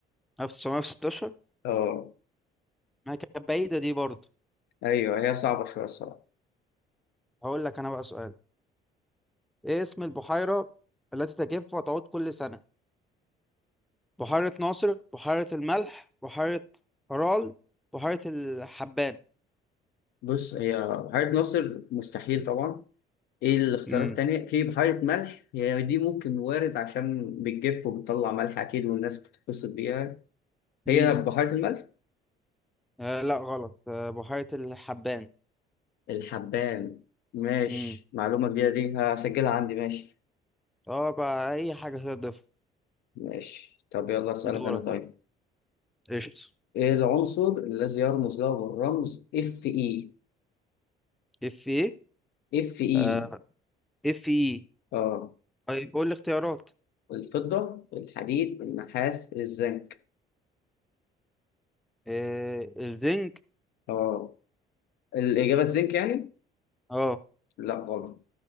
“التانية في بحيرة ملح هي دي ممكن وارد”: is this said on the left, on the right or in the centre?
Left